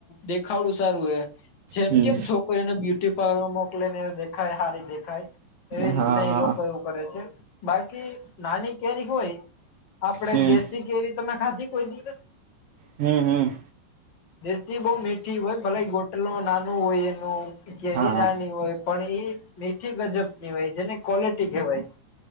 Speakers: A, on the left (about 45°); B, on the right (about 45°).
A: દેખાવડું સારું હ. જેમ
B: હમ
A: કેમ છોકરીને બ્યુટી પાર્લરમાં મોકલે ને દેખાય હારી દેખાય. એવી
B: હા
A: રીતના
B: હા
A: એ લોકો એવું કરે છે બાકી નાની કેરી હોય. આપડે
B: હમ
A: દેશી કેરી તમે ખાધી કોઈ દિવસ?
B: હમ્મ હમ્મ
A: દેશી બહુ મીઠી હોય ભલે ગોટલો નાનું હોય એનું કેરી
B: હા
A: નાની હોય. પણ એઈ મીઠી ગજબ ની હોય જેને ક્વલિટી કહેવાય.